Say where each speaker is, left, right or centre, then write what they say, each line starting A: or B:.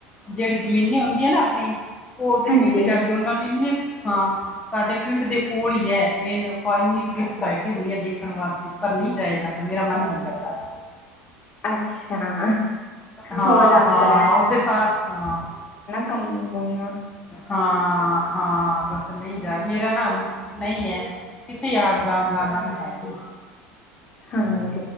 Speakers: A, on the left (about 20°); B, on the left (about 40°).
A: ਜਿਹੜੀ ਜ਼ਮੀਨੀ ਹੁੰਦੀਆਂ ਨਾ ਆਪਣੀ ਉਹ ਉੱਧਰ
B: ਹਾਂਜੀ
A: ਵਿਕ ਜਾਂਦੀ ਉਹਨਾਂ ਚ ਇੰਨੇ ਹਾਂ ਸਾਡੇ ਪਿੰਡ ਦੇ ਕੋਲ ਹੀ ਹੈ ਇਹਨ ਇੰਨੀ ਬੜੀ ਸੁਸਾਇੱਟੀ ਬਣੀ ਹੈ ਦੇਖ ਦੇਖਣ ਵਾਸਤੇ ਪਰ ਨਹੀਂ ਜਾਇਆ ਜਾਂਦਾ ਮੇਰਾ ਮਨ ਨਹੀਂ ਕਰਦਾ
B: ਅੱਛਾ
A: ਹਾਂ
B: ਹੋ ਜਾਂਦਾ
A: ਹਾਂ ਉਹਦੇ ਸ ਹਾਂ
B: ਕਈ ਹੋ ਆ <unintelligible>
A: ਹਾਂ ਹਾਂ ਬਸ ਨਹੀਂ ਜਾ ਮੇਰਾ ਨਾ ਨਹੀਂ ਹੈ ਕਿਥੇ ਆਉਣ ਜਾਣ ਦਾ ਮਨ ਹੈ ਨੀ
B: ਹਾਂਜੀ